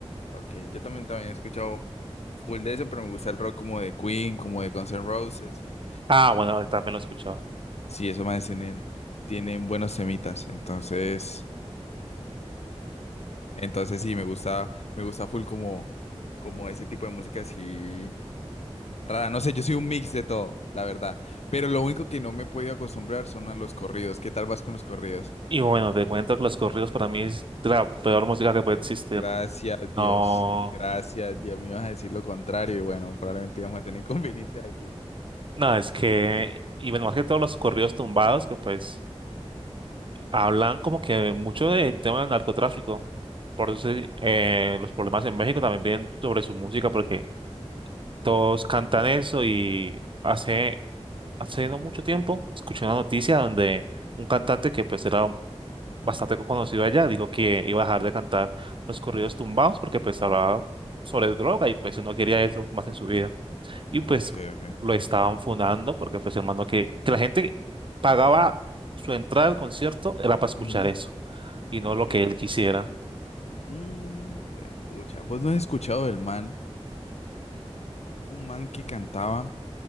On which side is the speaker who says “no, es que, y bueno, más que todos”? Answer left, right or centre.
Right